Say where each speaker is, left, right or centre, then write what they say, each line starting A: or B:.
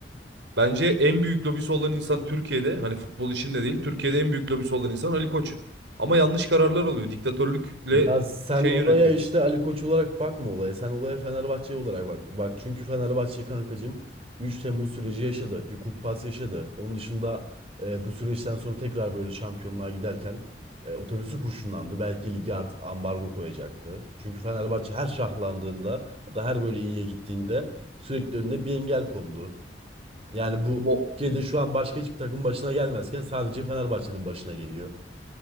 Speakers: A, on the right (about 85°); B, on the right (about 35°).
A: Bence en büyük lobisi olan insan Türkiye'de hani futbol içinde değil Türkiye'de en büyük lobisi olan insan Ali Koç. Ama yanlış kararlar alıyor. Diktatörlükle
B: Ya sen
A: şey
B: olaya
A: yönetiyor.
B: işte Ali Koç olarak bakma olaya. Sen olaya Fenerbahçe olarak bak. Bak çünkü Fenerbahçe kankacığım 3 Temmuz süreci yaşadı. Bir kumpas yaşadı. Onun dışında e, bu süreçten sonra tekrar böyle şampiyonluğa giderken e, otobüsü kurşunlandı. Belki lige artık ambargo koyacaktı. Çünkü Fenerbahçe her şahlandığında ya da her böyle iyiye gittiğinde sürekli önüne bir engel kondu. Yani bu
A: Ama,
B: Türkiye'de şu an başka hiçbir takım başına gelmezken sadece Fenerbahçe'nin başına geliyor.